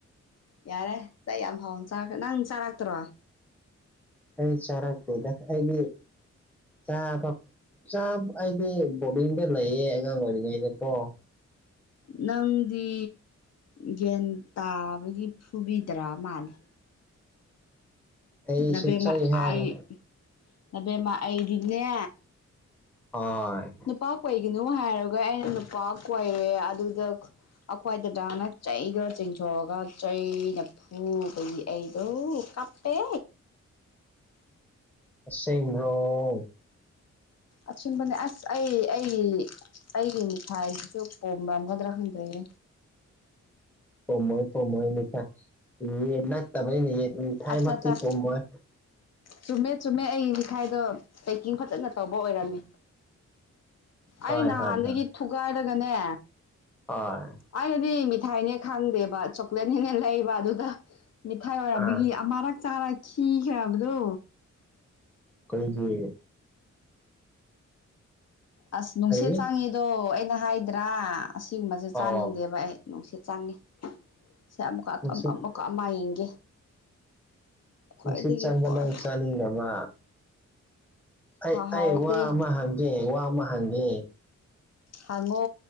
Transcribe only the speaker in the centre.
ꯑꯩ ꯆꯥꯔꯛꯇꯦꯗ ꯑꯩꯗꯤ ꯆꯥꯐꯞ ꯆꯥꯝ ꯑꯩꯗꯤ ꯕꯣꯔꯗꯤꯡꯗ ꯂꯩꯌꯦ ꯑꯉꯥꯡ ꯑꯣꯏꯔꯤꯉꯩꯗꯀꯣ
ꯑꯩꯁꯨ
ꯆꯩ ꯍꯥꯏꯕ
ꯍꯣꯏ
ꯑꯁꯦꯡꯕ꯭ꯔꯣ
ꯄꯨꯝꯃꯣꯏ ꯄꯨꯝꯃꯣꯏ ꯃꯤꯊꯥꯏ ꯌꯦꯟ ꯅꯠꯇꯕꯩꯅꯦ ꯌꯦ ꯃꯤꯊꯥꯏ
ꯃꯛꯇꯤ
ꯄꯨꯝꯃꯣꯏ
ꯍꯣꯏ
ꯍꯣꯏ ꯍꯣꯏ
ꯍꯣꯏ
ꯑꯥ
ꯀꯩꯒꯤ
ꯀꯔꯤ
ꯑꯣ
ꯅꯨꯡꯁꯤꯠ
ꯅꯨꯡꯁꯤꯠ ꯆꯪꯕ
ꯅꯪ ꯆꯥꯅꯤꯡꯗꯕ ꯑꯩ
ꯑꯩ ꯋꯥ ꯑꯃꯥ ꯍꯪ ꯑꯦ ꯋꯥ ꯑꯃꯥ ꯍꯪꯉꯦ